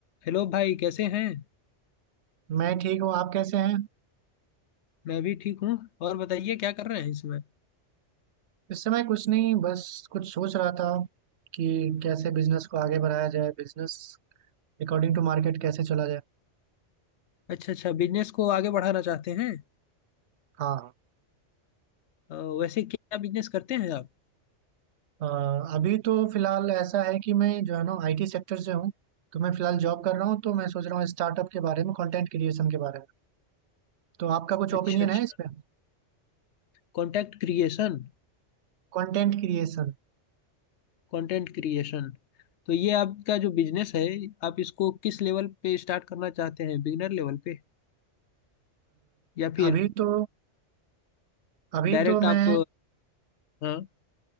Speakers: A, on the left; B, on the right.
A: Hello भाई कैसे हैं
B: मैं ठीक हूँ आप कैसे हैं
A: मैं भी ठीक हूँ और बताइए क्या कर रहे हैं इसमें
B: इस समय कुछ नहीं बस कुछ सोच रहा था कि कैसे बिजनेस को आगे बढ़ाया जाए बिजनेस अकॉर्डिंग टू मार्केट कैसे चला जाए
A: अच्छा अच्छा बिजनेस को आगे बढ़ाना चाहते हैं
B: हाँ
A: अ, वैसे क्या बिजनेस करते हैं आप
B: अ, अभी तो फिलहाल ऐसा है कि मैं जो है ना आईटी सेक्टर से हूँ तो मैं फिलहाल जॉब कर रहा हूँ तो मैं सोच रहा हूँ स्टार्टअप के बारे में कंटेंट क्रिएशन के बारे में तो आपका कुछ ओपिनियन
A: अच्छा अच्छा
B: है इस पे
A: Content creation
B: Content creation
A: कंटेंट क्रिएशन तो ये आपका जो बिजनेस है आप इसको किस लेवल पे स्टार्ट करना चाहते हैं बिगिनर लेवल पे या फिर
B: अभी तो अभी
A: डायरेक्ट
B: तो मैं
A: आप हाँ